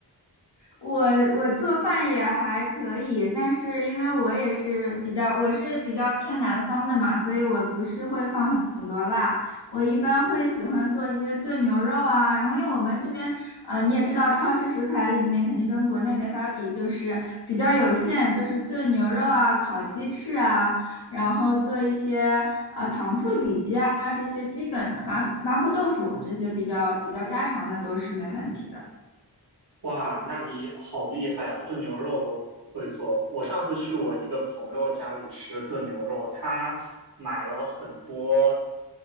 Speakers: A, on the left; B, on the right.
A: 我我做饭也还可以，但是因为我也是比较，我是比较偏南方的嘛，所以我不是会放很我一般会喜欢做一些炖牛肉啊，然后因为我们这边，呃，你也知道，超市食材里面肯定跟国内没法比，就是比较有限，就是炖牛肉啊、烤鸡翅啊，然后做一些呃糖醋里脊啊这些基本的麻麻婆豆腐这些比较比较家常的都是没问题的。
B: 哇，那你好厉害啊，炖牛肉都会做。我上次去我一个朋友家里吃炖牛肉，他买了很多